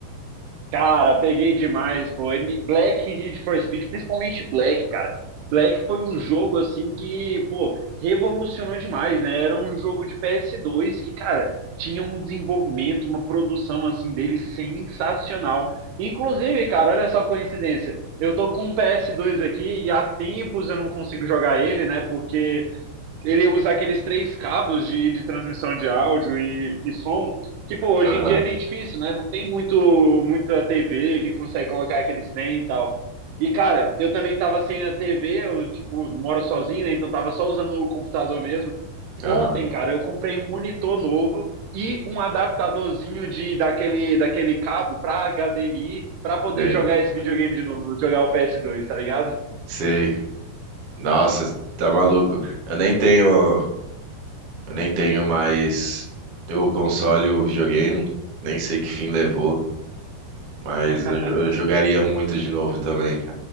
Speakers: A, on the right; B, on the right.
A: Cara, peguei demais, pô. N- Black e Need for Speed, principalmente Black, cara. Black foi um jogo assim que, pô, revolucionou demais, né? Era um jogo de PS2 que, cara, tinha um desenvolvimento, uma produção assim dele sensacional. Inclusive, cara, olha só a coincidência. Eu tô com um PS2 aqui e há tempos eu não consigo jogar ele, né? Porque ele usa aqueles três cabos de, de transmissão de áudio e, e som, que pô, hoje
B: Aham,
A: em dia é meio difícil, né? Não tem muito muita TV que consegue colocar aqueles trem e tal. E cara, eu também tava sem a TV, eu tipo, moro sozinho, né? Então tava só usando o computador mesmo.
B: Aham,
A: Ontem, cara, eu comprei um monitor novo e um adaptadorzinho de daquele daquele cabo para HDMI para poder
B: sei.
A: jogar esse videogame de novo, jogar o ps dois tá ligado?
B: sei. Nossa, tá maluco. Eu nem tenho, eu nem tenho mais o console, o videogame. Nem sei que fim levou, mas
A: <laughs>
B: eu, jo- eu jogaria muito de novo também,